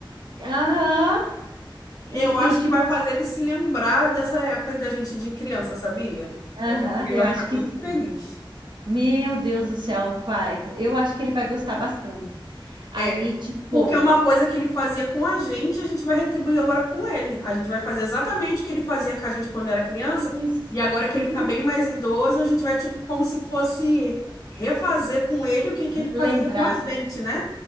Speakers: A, on the right; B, on the left.
A: Aham, e,
B: Eu acho
A: e tipo
B: que vai
A: assim,
B: fazer ele se lembrar dessa época da gente de criança, sabia?
A: aham,
B: Ele
A: eu
B: vai
A: acho
B: ficar
A: que
B: muito
A: sim.
B: feliz.
A: Meu Deus do céu, vai. Eu acho que ele vai gostar bastante. Aí,
B: É.
A: tipo,
B: Porque é uma coisa que ele fazia com a gente, a gente vai retribuir agora com ele. A gente vai fazer exatamente o que ele fazia com a gente quando era criança.
A: isso.
B: E agora
A: uhum,
B: que ele tá bem mais idoso, a gente vai, tipo, como se fosse refazer com ele o que que ele fazia
A: Lembrar.
B: com a gente, né?